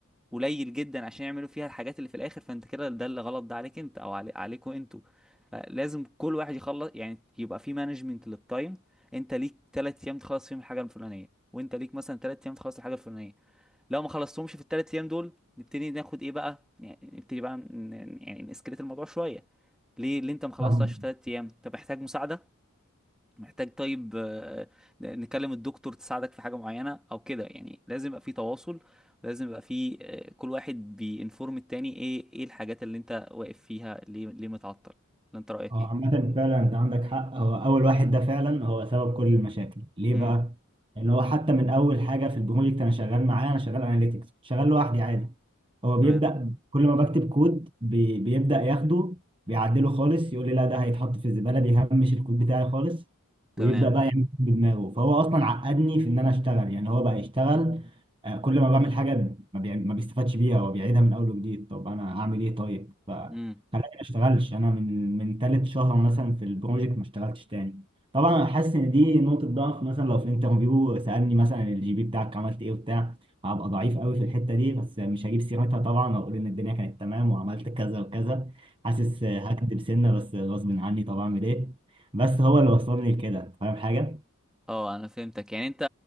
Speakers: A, in the centre; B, on the right.
A: قليل جدا عشان يعملوا فيها الحاجات اللي في الاخر فانت كده ده اللي غلط ده عليك انت او علي عليكوا انتوا فلازم كل واحد يخلص يعني يبقى في مانجمنت للتايم انت ليك ثلاث ايام تخلص فيهم الحاجه الفلانيه وانت ليك مثلا ثلاث ايام تخلص الحاجه الفلانيه لو ما خلصتهمش في الثلاث ايام دول نبتدي ناخد ايه بقى يعني نبتدي بقى ن- ن- يعني نسكليت الموضوع شويه ليه اللي انت ما خلصتهاش
B: اند
A: في ثلاث ايام انت محتاج مساعده محتاج طيب آه، نكلم الدكتور تساعدك في حاجة معينة او كده يعني لازم يبقى في تواصل لازم يبقى في آه، كل واحد بينفورم التاني ايه ايه الحاجات اللي انت واقف فيها ليه ليه متعطل ولا انت رأيك
B: هو
A: ايه
B: عامة فعلا انت عندك حق هو اول واحد ده فعلا هو سبب كل المشاكل ليه
A: امم
B: بقى؟ لان هو حتى من اول حاجة في البروجكت انا شغال معاه انا شغال اناليتكس كنت شغال لوحدي عادي هو
A: تمام
B: بيبدأ كل ما بكتب كود بي بيبدأ ياخده بيعدله خالص يقول لي لا ده هيتحط في الزبالة بيهمش الكود بتاعي خالص
A: تمام
B: ويبدأ بقى يعمل كود بدماغه فهو اصلا عقدني في ان انا اشتغل يعني هو بقى يشتغل آه، كل ما بعمل حاجة ما, بيعم- ما بيستفادش بيها هو بيعيدها من اول وجديد طب انا اعمل ايه طيب؟
A: امم
B: خلاني ما اشتغلش انا من من تالت شهر مثلا في البروجكت ما اشتغلتش تاني طبعا انا حاسس ان دي نقطه ضعف مثلا لو في انترفيو سالني مثلا الجي بي بتاعك عملت ايه وبتاع هبقى ضعيف قوي في الحته دي بس مش هجيب سيرتها طبعا واقول ان الدنيا كانت تمام وعملت كذا وكذا حاسس هكدب سنه بس غصب عني طبعا اعمل ايه بس هو اللي وصلني لكده فاهم حاجه
A: اه انا فهمتك يعني انت